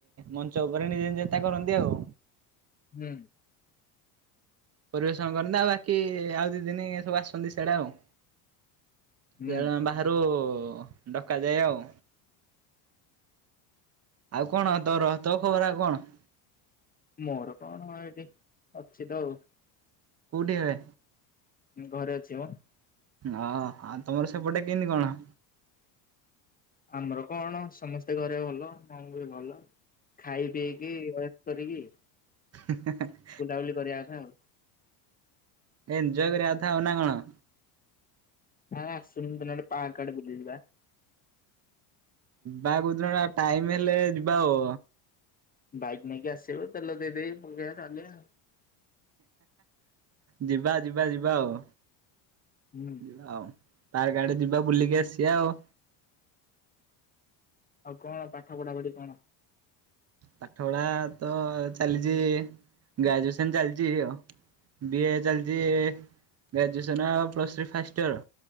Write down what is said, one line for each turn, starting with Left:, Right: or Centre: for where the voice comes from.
Right: ମଞ୍ଚ ଉପରେ ନିଜେ ନି <unintelligible> କରନ୍ତି ଆଉ।
Left: ହୁଁ।
Right: ପରିବେଷଣ କରନ୍ତି ଆଉ ବାକି ଆଉ ଦି ଦିନ ସବୁ ଆସନ୍ତି ସେଇଆଟା ଆଉ।
Left: ହୁଁ
Right: ସେ ବାହାରୁ ଡକାଯାଏ ଆଉ। ଆଉ କଣ ତୋର ତୋ ଖବର ଆଉ କଣ?
Left: ମୋର କଣ ଏଇଠି ଅଛି ତ ଆଉ,
Right: କଉଠି ଏବେ?
Left: ଘରେ ଅଛି ମ?
Right: ହଁ ଆଉ ତମର ସେପଟେ କେମିତି କଣ?
Left: ଆମର କଣ ସମସ୍ତେ ଘରେ ଭଲ, ମୁଁ ବି ଭଲ, ଖାଇ ପିଇକି ଅ କରିବି।
Right: ହ <unintelligible>
Left: ବୁଲାବୁଲି କରିବା କଥା ଆଉ।
Right: ଏଞ୍ଜୟ କରିବା କଥା ଆଉ ନା କଣ?
Left: ଆସୁନେ <unintelligible> ପାହା କାର୍ଡ ବୁଲିଯିବା?
Right: ଭାଇ କୋଉ ଦିନ ଟାଇମ ହେଲେ ଯିବା ଆଉ।
Left: ବାଇକ୍ ନେଇକି ଆସିବ ତେଲ ଦେଇ ଦେବି ପକେଇଆ ଚଲେଇଆ ଆଉ।
Right: ଯିବା, ଯିବା, ଯିବା, ଆଉ
Left: ହୁଁ
Right: ଯିବା ଆଉ। ପାର୍କ ଆଡେ ଯିବା ବୁଲିକି ଆସିବା ଆଉ।
Left: ଆଉ କଣ ପାଠ ପଢା ପଢି କଣ?
Right: ପାଠ ପଢା ତ ଚାଲିଛି ଗ୍ରାଜୁଏସନ ଚାଲିଛି ଆଉ। ବିଏ ଚାଲିଛି graduation plus three first year,